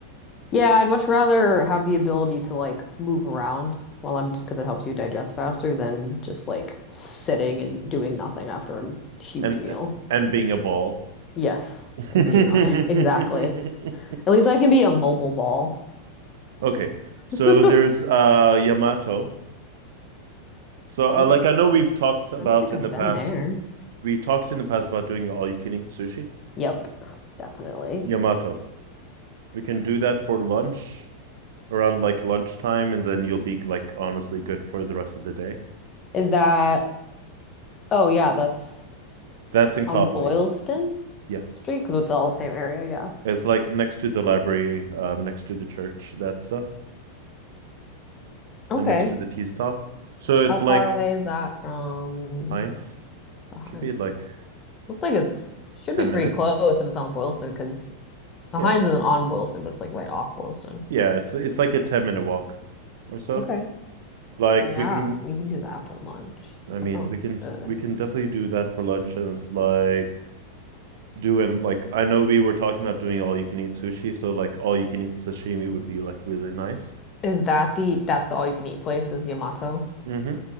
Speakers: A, on the left; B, on the right.
A: Yeah, I'd much rather have the ability to like move around while I'm because it helps you digest faster than just like sitting and doing nothing after a huge
B: and
A: meal.
B: and being a ball.
A: Yes,
B: <laughs>
A: and being a- <laughs> exactly. At least I can be a mobile ball.
B: Okay, so
A: <laughs>
B: there's uh Yamato. So uh,
A: Ooh,
B: like I know we've talked about
A: I don't think
B: in
A: I've
B: the
A: been
B: past,
A: there.
B: we talked in the past about doing all you can eat sushi.
A: Yep, definitely.
B: Yamato. We can do that for lunch around like lunchtime, and then you'll be like honestly good for the rest of the day.
A: Is that, oh yeah, that's
B: That's in
A: on
B: Copley.
A: Boylston
B: Yes.
A: Street because it's all the same area. Yeah.
B: It's like next to the library, um, next to the church, that stuff,
A: Okay.
B: and next to the tea stop. So it's
A: How far
B: like
A: away is that from
B: Heinz.
A: behind?
B: Should be like
A: Looks like it's should
B: 10
A: be pretty
B: minutes.
A: close if it's on Boylston, because the
B: Yeah,
A: Heinz isn't on Boylston, but it's like right off Boylston.
B: yeah, it's it's like a 10 minute walk or so.
A: Okay.
B: Like
A: Yeah,
B: we can
A: we can do that for lunch.
B: I
A: That
B: mean,
A: sounds
B: we can
A: good.
B: we can definitely do that for lunch and it's like doing like I know we were talking about doing all you can eat sushi, so like all you can eat sashimi would be like really nice.
A: Is that the that's the all you can eat place is Yamato?
B: hmm